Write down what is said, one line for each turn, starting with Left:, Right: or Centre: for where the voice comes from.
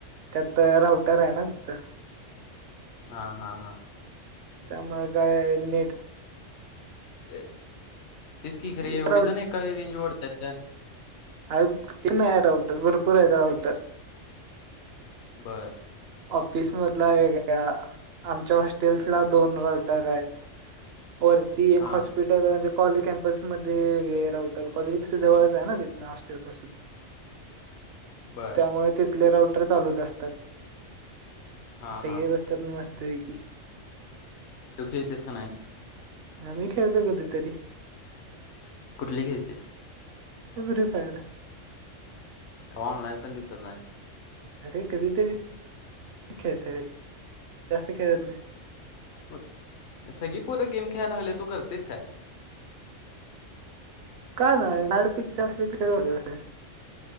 Right: त्यात तर राउटर आहे ना तिथ
Left: हा हा हा
Right: त्यामुळे काय नेटच
Left: ऐ तेच की खरे
Right: एक
Left: एवढी जण एकावेळी रेंज वाेढत्यात त्या
Right: हाय एक नाहीय राउटर भरपूर आहेत राउटर
Left: बअर
Right: ऑफिस मधला येगळा, आमच्या हॉस्टेल हॉटेल्सला दोन राऊटर हायत. वरती एक
Left: हां
Right: हॉस्पिटल <unintelligible> म्हणजे कॉलेज कॅम्पस मध्ये वेगळे राऊटर, कॉलेज कस जवळच आहे ना तिथून हॉस्टेल पासून.
Left: बर
Right: त्यामुळे तिथले राउटर. चालवत असतात.
Left: हां
Right: सगळे
Left: हां
Right: बसतात मस्त. मस्त पैकी.
Left: तू खेळतोयस का नाहीस?
Right: आम्ही खेळतो कधीतरी.
Left: कुठली खेळतीस?
Right: आज रीफायर आहे.
Left: ऑनलाईन पण दिसत नाहीस.
Right: अरे, कधीतरी खेळतो रे, जास्त खेळत नाही.
Left: मग सगळी पोरं गेम खेळायला लागले, तू करतेस काय?
Right: काय नाय, डायरेक्ट पिक्चर अस पिक्चर बगत, बसायचं.